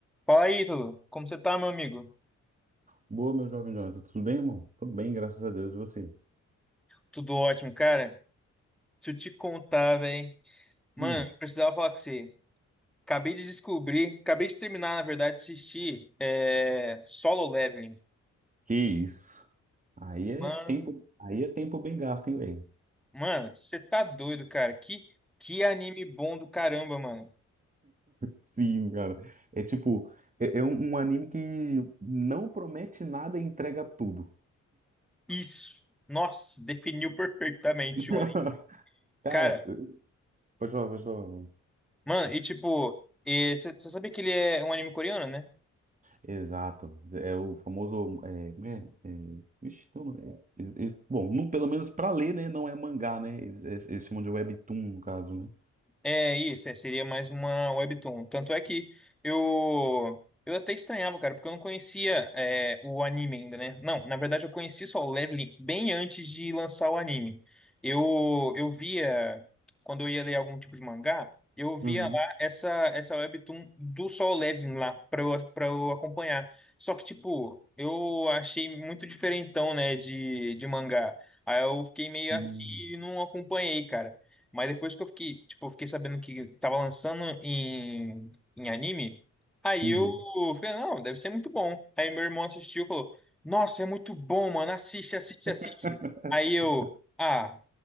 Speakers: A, in the centre; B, on the right.
A: Fala aí, Ítalo. Como você tá, meu amigo?
B: Boa, meu jovem Jonathan. Tudo bem, irmão? Tudo bem, graças a Deus. E você?
A: Tudo ótimo, cara. Se eu te contar, velho. Mano,
B: Hum,
A: precisava falar com você. Acabei de descobrir, acabei de terminar, na verdade, de assistir é, Solo Leveling.
B: que isso? Aí é
A: Mano,
B: tempo, aí é tempo bem gasto, hein, velho?
A: mano, você tá doido, cara. Que, que anime bom do caramba, mano.
B: Sim, cara. É tipo, é, é um, um anime que não promete nada e entrega tudo.
A: Isso. Nossa, definiu perfeitamente
B: <laughs>
A: o anime.
B: Cara,
A: Cara,
B: pode falar, pode falar. mano.
A: mano, e tipo, é, você sabe que ele é um anime coreano, né?
B: Exato. É o famoso. É, como é, é, ixi, tem um nome, é, ele- ele- bom, não- pelo menos pra ler, né? Não é mangá, né? Eles, eles eles chamam de webtoon, no caso, né?
A: É isso, é, seria mais uma webtoon. Tanto é que eu eu até estranhava, cara, porque eu não conhecia é, o anime ainda, né? Não, na verdade eu conheci só o Leveling bem antes de lançar o anime. Eu eu via quando eu ia ler algum tipo de mangá, eu via
B: Uhum.
A: lá essa essa webtoon do Solo Leveling lá para eu, para eu acompanhar. Só que tipo, eu achei muito diferentão, né, de de mangá. Aí eu fiquei meio
B: Hum.
A: assim e não acompanhei, cara. Mas depois que eu fiquei, tipo, eu fiquei sabendo que tava lançando em, em anime, aí
B: Uhum.
A: eu falei, não, deve ser muito bom. Aí meu irmão assistiu e falou, nossa, é muito bom, mano, assiste, assiste,
B: <laughs>
A: assiste. Aí eu, ah,